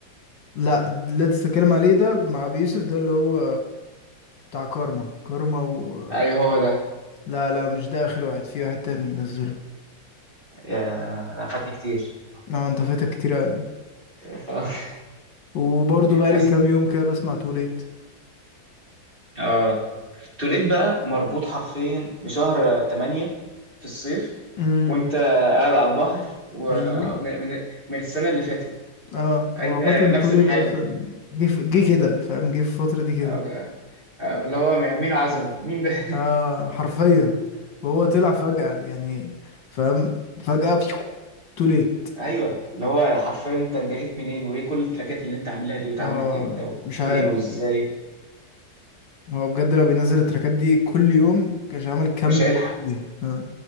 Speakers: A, on the left; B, on the right.
A: لا اللي أنت بتتكلم عليه ده مع أبي يوسف ده اللي هو بتاع كارما كارما و
B: ايوه هو ده
A: لا لا مش ده آخر واحد في واحد تاني نزله
B: يا انا فاتني كتير
A: اه انت فاتك كتير أوي
B: ف- <laughs>
A: وبرضه بقالي
B: بس
A: كام يوم كده بسمع توليت
B: اه توليد بقى مربوط حرفيا بشهر 8 في الصيف
A: امم
B: وانت قاعد على البحر ومن
A: ايوه
B: من من السنه اللي فاتت
A: اه
B: هي
A: هو عامة
B: نفس
A: توليت
B: الحالة
A: اصلا جه في- جه كده فاهم جه في الفترة دي كده
B: آه، آه، اللي هو مين عزمه مين ده <laughs>
A: اه حرفيا وهو طلع فجأة يعني فاهم فجأة توليت
B: ايوه اللي هو حرفيا انت بدأت منين وايه كل التراكات اللي انت عاملها دي واتعملت
A: اه
B: امتى
A: مش
B: وفين
A: عارف
B: وازاي
A: هو بجد لو بينزل التراكات دي كل يوم كانش عمل كم
B: مش
A: التراكات
B: هيلحق
A: دي اه